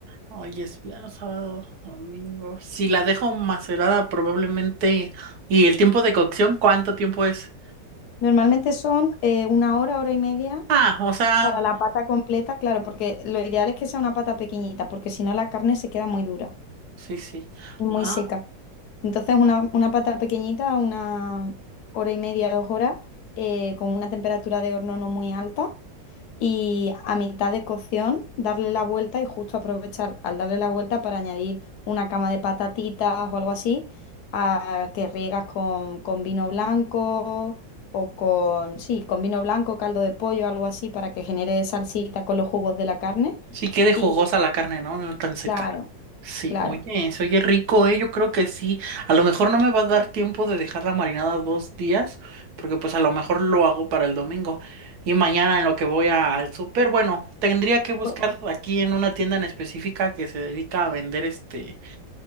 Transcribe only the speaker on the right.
Hoy es viernes, sábado, domingo. Si la dejo macerada, probablemente. ¿Y el tiempo de cocción, cuánto tiempo es?
Ah, o sea,
sí, sí.
Ah,
sí quede jugosa
la carne, ¿no? No tan seca.
Sí,
oye, se oye rico, eh. Yo creo que sí. A lo mejor no me va a dar tiempo de dejarla marinada dos días, porque pues a lo mejor lo hago para el domingo. Y mañana en lo que voy a- al súper, bueno, tendría que buscar
aquí en una tienda en específica que se dedica a vender este